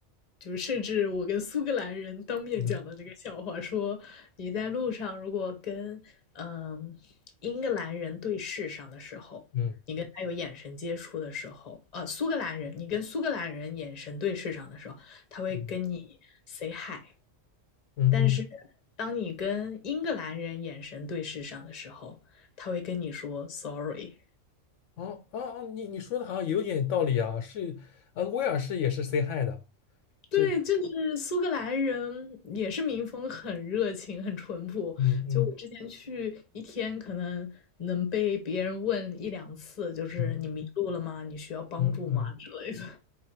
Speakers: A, on the left; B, on the left.
A: 就是甚至我跟苏格兰人当面讲的这个笑话，
B: 嗯嗯
A: 说你在路上如果跟嗯、呃英格兰人对视上的时候，
B: 嗯
A: 你跟他有眼神接触的时候，呃，苏格兰人，你跟苏格兰人眼神对视上的时候，他会跟你
B: 嗯嗯
A: say hi，
B: 嗯。
A: 但是
B: 嗯
A: 当你跟英格兰人眼神对视上的时候，他会跟你说 sorry。
B: 哦哦哦，你你说的好像有点道理啊，是，呃，威尔士也是 say hi 的，这个，
A: 对，就是苏格兰人也是民风很热情、很淳朴。
B: 嗯嗯
A: 就我之前去一天，可能能被别人问一两次，就是你迷路了吗？
B: 嗯
A: 你需要帮助吗？
B: 嗯嗯，
A: 之类的。